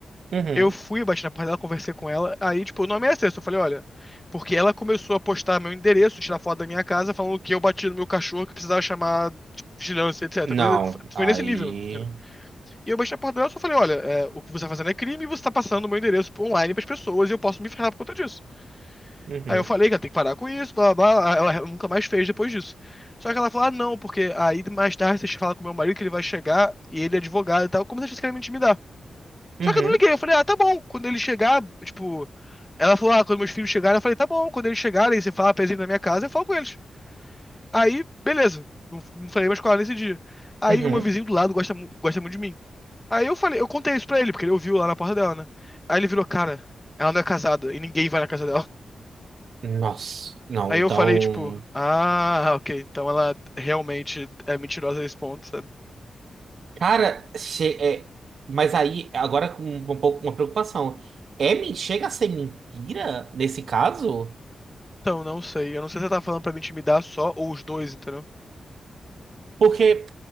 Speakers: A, on the right; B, on the left.
A: Uhum.
B: Eu fui, bati na porta dela, conversei com ela, aí, tipo, o nome é esse. Eu falei, olha, porque ela começou a postar meu endereço, tirar foto da minha casa, falando que eu bati no meu cachorro, que precisava chamar, tipo, vigilância, etc.
A: Não,
B: Coisa,
A: aí.
B: foi nesse nível, entendeu? E eu bati na porta dela e só falei, olha, é, o que você tá fazendo é crime e você tá passando o meu endereço online pras pessoas e eu posso me ferrar por conta disso.
A: Uhum.
B: Aí eu falei que ela tem que parar com isso, blá blá blá. Ela nunca mais fez depois disso. Só que ela falou, ah, não, porque aí mais tarde você fala com meu marido que ele vai chegar e ele é advogado e tal, como se vocês querem me intimidar.
A: Uhum.
B: Só que eu não liguei, eu falei, ah, tá bom, quando ele chegar, tipo. Ela falou, ah, quando meus filhos chegarem, eu falei, tá bom, quando eles chegarem, você fala pra eles irem na minha casa, eu falo com eles. Aí, beleza. Não, não falei mais com ela nesse dia. Aí
A: Uhum.
B: o meu vizinho do lado gosta, mu- gosta muito de mim. Aí eu falei, eu contei isso pra ele, porque ele ouviu lá na porta dela, né? Aí ele virou, cara, ela não é casada e ninguém vai na casa dela.
A: Nossa, não,
B: Aí
A: então.
B: eu falei, tipo, ah, ok, então ela realmente é mentirosa nesse ponto, sabe?
A: Cara, che- é, mas aí, agora com um, pouco uma preocupação. É, men- chega a ser mentira nesse caso?
B: Então, não sei. Eu não sei se ela tá falando pra me intimidar só ou os dois, entendeu?
A: Porque